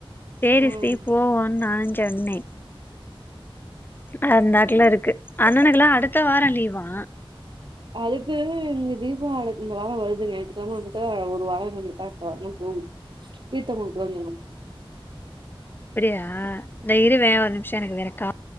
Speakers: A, on the left; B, on the right.
A: சேரி
B: ம்
A: சி போவோனு நான் சொன்ன அந் நாட்டுல இருக்கு அண்ணனுக்குெல்லாம் அடுத்த வாரம் லீவாம்
B: அதுக்கு இங்க தீபோ இந்த வாரம் வருது ஞாயத்துக்கெழம வந்துட்டு ஒரு வாரம் வந்துட்டா வரணுன்னு தோணு தீர்த்தங் குடுக்கிறது <unintelligible>
A: அப்படியா இத இரு வே ஒருிமிஷம் எனக்கு வர த